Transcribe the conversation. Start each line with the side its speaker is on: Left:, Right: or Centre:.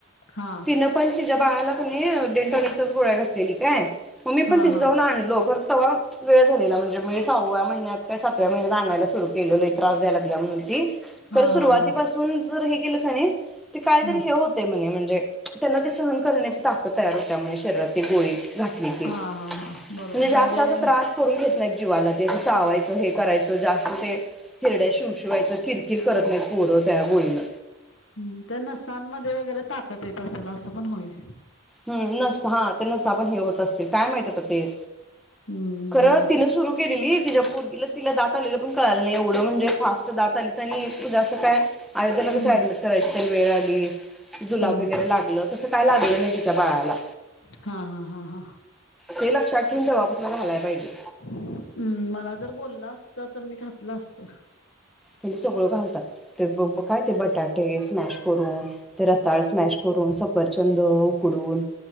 Left: हा
Centre: तिनं पण तिच्या बालाच नाही डेंटॉनीचाच गोळ्या घातलेली काय मग् मी
Left: हा
Centre: पण तिथं
Left: हा
Centre: जाऊन आणलो ख तर वेळ झालेला म्हणजे मी सहाव्या महिन्यात का सातव्या महिन्यात आणायला सुरु केले आहे त्रास द्याला लागल्या म्हणून ती
Left: हा
Centre: तर सुरुवातीपासून
Left: हा हा
Centre: जर हे केलं ख ते काय
Left: हा
Centre: तरी हे होत म्हणे म्हणजे त्यांना ते सहन करण्याची ताक तयार होत म्ह शरीरात गोळे घातलेचे
Left: हा
Centre: म्हणजे
Left: हा हा बरोबर
Centre: जास्त
Left: म्हणजे
Centre: अस त्रास <inaudible> नाही जीवाला चावायच हे करायचं जास्त ते हिरड्या शिव शिवायच कि कती करत नाहीत पोरं त्या गोळीनं
Left: हम् त्या नसांमध्ये वगैरे ताकत येत असेल असं पण होईल
Centre: हम् नस हा ते नसा पण हे होत असतील काय माहित ते
Left: हम्म
Centre: खरं
Left: हम्म
Centre: तिनं सुरू केलेली तिच्या पोरगला तिला दात आलेलं पण कळालं नाही एवढं म्हणजे फास्ट दात आली त्यांनी जसं काय अयोधध्येला
Left: हम्म.
Centre: कस ऍडमिट करायची त्यांनी वेळ आली जुलाब
Left: हम्म
Centre: वगैरे
Left: हम्म
Centre: लागलं तस काय लागलं नाही बाळाला
Left: हा हा हा हा
Centre: ते लक्षात ठेऊन द बापसला घालाय पाहिजे
Left: हम्म मला जर बोललं असत तर मी घातलं असत
Centre: त्यांनी सगळं घातात ते काय ते बटाटे स्मॅश करून ते रताळ स्मॅश करून सफरचंद उकडून